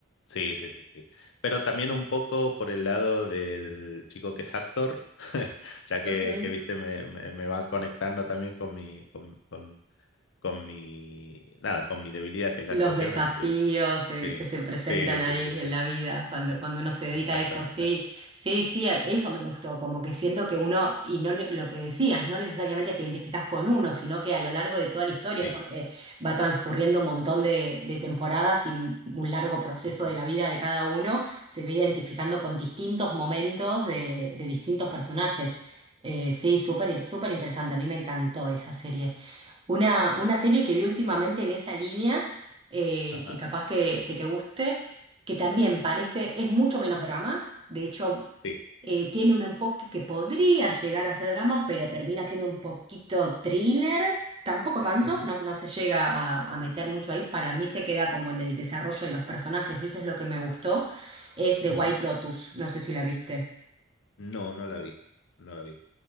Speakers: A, on the left; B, on the right.
A: sí, sí, sí, sí. Pero también un poco por el lado del chico que es actor, <laughs> ya que,
B: Ok.
A: que viste, me, me, me va conectando también con mi, con, con, con mi, nada, con mi debilidad que es la
B: los
A: actuación,
B: desafíos
A: así que
B: eh,
A: sí,
B: que se presentan
A: sí, sí,
B: ahí
A: sí, sí.
B: en la vida, cuando,
A: Ex-
B: cuando uno se dedica
A: Exactamente.
B: a eso, sí, sí, sí, a- eso
A: Sí.
B: me gustó, como que siento que uno, y no ne- lo que decías, no necesariamente te identificas con uno, sino que a lo largo de toda la historia,
A: sí.
B: porque va transcurriendo un montón de, de temporadas y un un largo proceso
A: Ujú.
B: de la vida de cada uno, se ve identificando con distintos momentos de, de distintos personajes. Eh, sí, súper, súper interesante, a mí me encantó esa serie. Una, una serie que vi últimamente en esa línea, eh,
A: Ajá.
B: que capaz que, que te guste, que también parece, es mucho menos drama, de hecho,
A: Sí.
B: eh, tiene un enfoque que podría llegar a ser drama, pero termina siendo un poquito thriller, tampoco tanto,
A: Ujú,
B: no, no se llega a, a meter mucho ahí, para mí se queda como en el desarrollo de los personajes, y eso es lo que me gustó, es The
A: ujú.
B: White Lotus, no sé si la viste.
A: No, no la vi. No la vi.